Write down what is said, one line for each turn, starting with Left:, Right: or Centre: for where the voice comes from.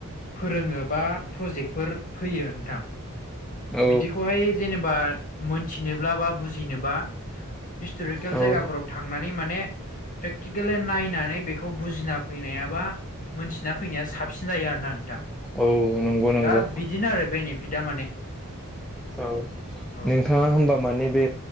Left: फोरोङो बा प्रजेक्ट। फोर फैयो नोंथां
Centre: औ
Left: बिदिखौहाय जेनेबा मोनथिनोब्ला बा बुजिनोबा हिस्ट'रिकेल
Centre: औ
Left: जायगाफोराव थांनानै माने। प्रेक्टिकेलि नायनानै बेखौ बुजिना फैनायाबा। मोनथिना फैनाया साबसिन जायो आरोना नोंथां।
Centre: औ। नंगौ नंगौ
Left: दा बिदिनो आरो बेनिफिटआ माने।
Centre: औ
Left: औ
Centre: नोंथाङा होमबा माने बे